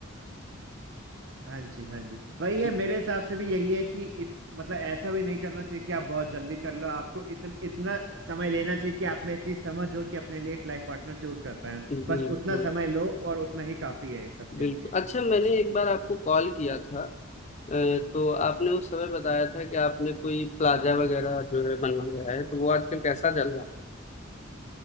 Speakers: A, on the right; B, on the left.
A: हाँ जी हाँ जी वही
B: जी,
A: है मेरे हिसाब से भी यही है कि इत, मतलब ऐसा भी नहीं करना चाहिए कि आप बहुत जल्दी कर लो आपको इत, इतना समय लेना चाहिए कि आप में इतनी समझ हो कि अपने लिए एक लाइफ पार्टनर चूज कर पाए
B: बिल्कुल
A: बस उतना समय लो और उतना ही काफी है सबके
B: बिल्कुल
A: लिए
B: अच्छा मैंने एक बार आपको कॉल किया था अ, तो आपने उस समय बताया था कि आपने कोई प्लाजा वगैरह जो है बनवाया है तो वो आजकल कैसा चल रहा है